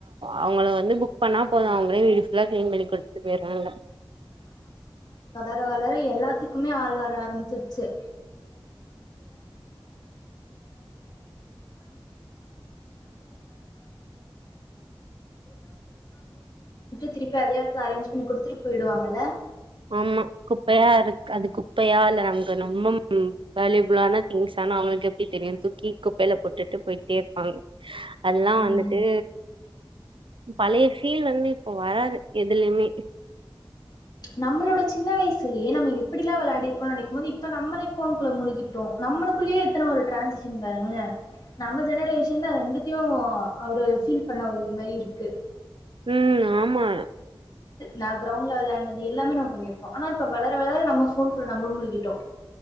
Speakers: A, on the right; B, on the left.
A: அவங்கள வந்து புக் பண்ணா போதும் அவங்கள ல்ல கிளீன் பண்ணி கொடுத்துட்டு வேறான்ல
B: வள எல்லாத்துக்குமே வர ஆச்ச கிடை கிடைா இப்ப அதே இடத்துல அரேஞ் பண்ணிடுத்துட்டு போயிடுால்ல
A: ஆமா குப்பையா இரு அது குப்பையா இல்ல நமக்கு ரொம்ப வேலயூ த் அவளுக்கு எப்பனு தூக்கி குப்பையில போட்டுட்டு போயிட்டே இருப்பாங்க அதல்லாம்
B: ம்
A: வந்துட்டு பழையீல் வந்து ஓ வராது எதுலயுமே
B: நம்மளோட சின்ன வயசுலேயே நம்ம எப்படிலாம் விளையாடி இருக்கோம்னு நினைக்கும் போோது இப்ப நம்மளே போனுக்குள்ள முழுகிட்டோம் நம்மளுக்குள்ளயே எத்தனை ஒரு ட்ிரான்சாகஷன் வறங்கள நம்ம ஜெனரேஷன் தான் ரெண்டுத்தையும் அவரு ஃபீல் பண்ண ஒரு இது மாதிரி இருக்கு
A: உம் ஆமா
B: ந கிரௌண்ட் லெவல ஆனது எல்லாமே நம்மண்ணிருப்போம் ஆனா இப்ப வளர வளர நம்ம போன் கூட நம்மளும் முழுக்கோும்